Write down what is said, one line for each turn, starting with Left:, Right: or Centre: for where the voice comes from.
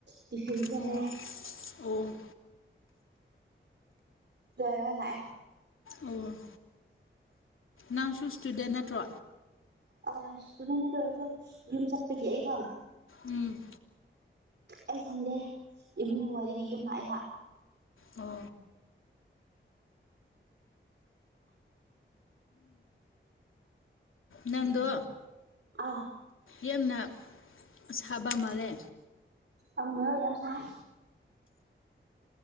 Right: ꯇꯤꯐꯤꯟ ꯁꯦꯝꯒꯦ
Left: ꯑꯣ ꯑꯣ
Right: ꯂꯣꯏꯔꯒ ꯂꯥꯛꯑꯦ
Left: ꯑꯣ ꯅꯪꯁꯨ ꯁ꯭ꯇꯨꯗꯦꯟ ꯅꯠꯇ꯭ꯔꯣ
Right: ꯑꯁ ꯑꯗꯨꯗꯅꯦ ꯇꯧꯔꯁꯦ ꯌꯨꯝ ꯆꯠꯄꯒꯤ ꯑꯩꯗꯣ
Left: ꯎꯝ
Right: ꯑꯩ ꯁꯟꯗꯦ ꯏꯚꯤꯅꯤꯡ ꯋꯥꯔꯤꯒꯤ ꯌꯨꯝ ꯂꯥꯛꯏꯕ
Left: ꯍꯣ ꯅꯪꯗꯣ
Right: ꯑꯥ
Left: ꯌꯥꯝꯅ ꯁꯥꯕ ꯃꯥꯜꯂꯦ
Right: ꯑꯥ ꯃꯣꯔꯣꯛ ꯌꯥꯝ ꯁꯥꯥꯏ